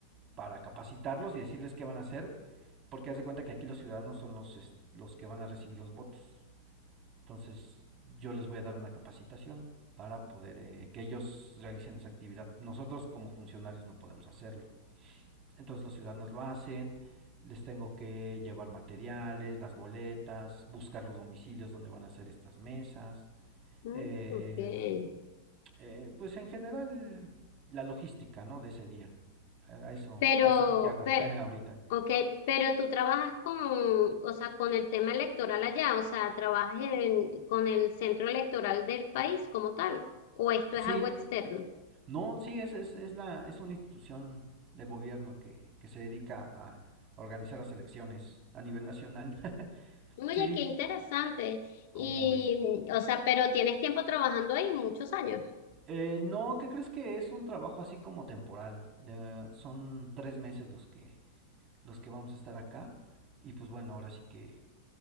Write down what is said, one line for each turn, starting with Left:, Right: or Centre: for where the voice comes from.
Right: para capacitarlos y decirles qué van a hacer, porque haz de cuenta que aquí los ciudadanos son los los que van a recibir los votos. Entonces, yo les voy a dar una capacitación para poder eh, que ellos realicen esa actividad. Nosotros como funcionarios no podemos hacerlo. Entonces, los ciudadanos lo hacen, les tengo que llevar materiales, las boletas, buscar los domicilios donde van a hacer estas mesas,
Left: Mm,
Right: eh,
Left: okay.
Right: eh, pues en general la logística, ¿no? De ese día. A a eso,
Left: Pero,
Right: a eso es lo que hago
Left: pero,
Right: <laughs> ahorita.
Left: okay, pero tú trabajas con, o sea, con el tema electoral allá, o sea, trabajas en- con el centro electoral del país como tal, o esto
Right: Sí,
Left: es algo externo.
Right: no, sí, es, es, es la, es una institución de gobierno que, que se dedica a organizar las elecciones a nivel nacional. <laughs>
Left: Oye,
Right: Sí,
Left: qué interesante.
Right: ¿cómo
Left: Y,
Right: ves?
Left: o sea, pero tienes tiempo trabajando ahí, muchos años.
Right: Eh, no, ¿qué crees que es un trabajo así como temporal? De, son tres meses los que, los que vamos a estar acá. Y pues bueno, ahora sí que